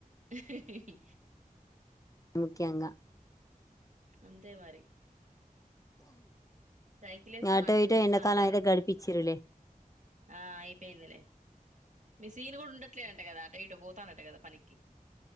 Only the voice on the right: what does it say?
హాహా
అంతే మరి సైకిల్ వేసుకొని
అటు ఇటు
తిరుగుతాండు
వరుణ్
ఆ అయిపోయిందిలే మీసీను కూడా ఉండట్లే అంట కదా అటో ఇటో పో త్తానట కదా పనికి